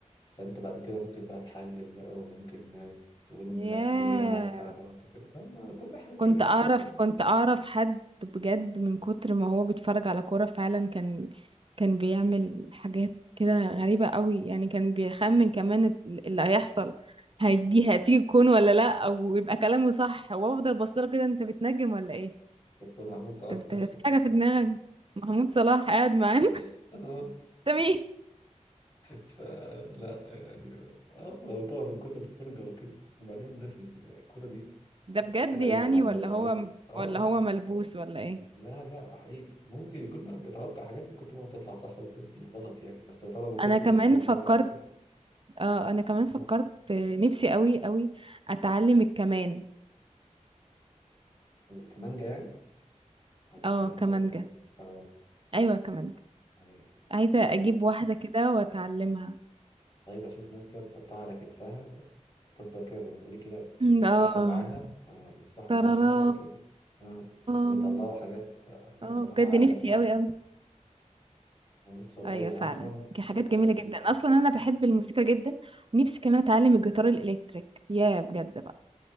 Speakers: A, on the left; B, on the right.
A: فانت بعد كده ممكن بقى تحلل بقى وممكن تقول
B: ياه
A: لا دي انا عامل حاجة غلط كده لا، ما كل حاجة
B: كنت
A: كده
B: اعرف
A: تحس إن
B: كنت اعرف حد بجد من كتر ما هو بيتفرج على كورة فعلا كان كان بيعمل حاجات كده غريبة قوي يعني كان بيخمن كمان ال- اللي هيحصل هيدي هتيجي تكون ولا لا او يبقى كلامه صح وافضل بصله كده انت بتنجم ولا ايه
A: دكتور محمود صلاح
B: انت بت...
A: نفسه
B: في حاجة في دماغك محمود صلاح قاعد معانا
A: <laughs>
B: <laughs> ده مين
A: فلا يعني اه هو طبعا من كتر الفرجة وكده وبعدين الناس ال- الكورة دي
B: ده بجد
A: غالبا
B: يعني
A: عند
B: ولا
A: الولاد
B: هو
A: اه
B: ولا
A: اه
B: هو ملبوس ولا ايه
A: لا لا حقيقي ممكن يكون بيتوقع حاجات ممكن تبقى تطلع صح وغلط يعني بس طبعا من كتر
B: انا كمان
A: ما بتتفرج
B: فكرت
A: كده
B: اه انا كمان فكرت
A: قول
B: آه، نفسي قوي قوي اتعلم الكمان
A: كمانجا يعني ولا
B: اه
A: كمان
B: كمانجة
A: ده ايه اه
B: ايوه كمانجة
A: ايوه
B: عايزة اجيب
A: لا
B: واحدة كده واتعلمها
A: طيب اشوف ناس كده بتحطها على كتفها وتفضل كده زي ما تقولي كده بي-
B: مم،
A: بيسرحوا
B: اه
A: معاها اه بيسرحوا
B: ترارا
A: معاها بقى وكده اه
B: اه
A: بيطلعوا حاجات آه، يعني
B: آه،
A: بصراحة
B: بجد
A: عالمية
B: نفسي قوي قوي
A: أنا بس والله
B: ايوه فعلا
A: عارفة
B: دي حاجات
A: انا
B: جميلة جدا اصلا انا بحب الموسيقى جدا ونفسي كمان اتعلم الجيتار الالكتريك يا بجد بقى